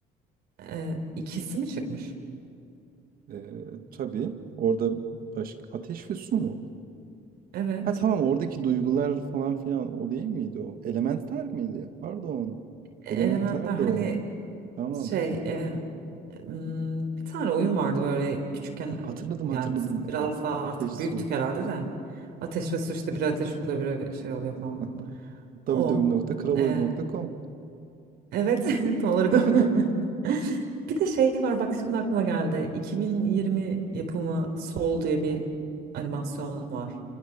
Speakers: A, on the right; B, on the right.
A: Ee, ikisi mi çıkmış?
B: Ee, tabii orada başka ateş ve su mu?
A: Evet.
B: Ha tamam oradaki duygular falan filan o değil miydi o? Elementler miydi? Pardon.
A: Elementler
B: Elementler
A: hani
B: de o. Tamam.
A: Şey, e, m, bir tane oyun vardı böyle küçükken
B: Hatırladım
A: yani
B: hatırladım
A: biz biraz
B: evet.
A: daha
B: Ateş
A: artık büyüktük
B: su.
A: herhalde de. Ateş ve su işte biri ateş oluyor biri şey oluyor falan.
B: Aha. w
A: O.
B: w w nokta kraloyun
A: E,
B: nokta com
A: evet <laughs> tam olarak
B: <laughs>
A: o. <laughs> Bir de şey var bak şimdi aklıma geldi. 2020 yapımı Soul diye bir animasyon var.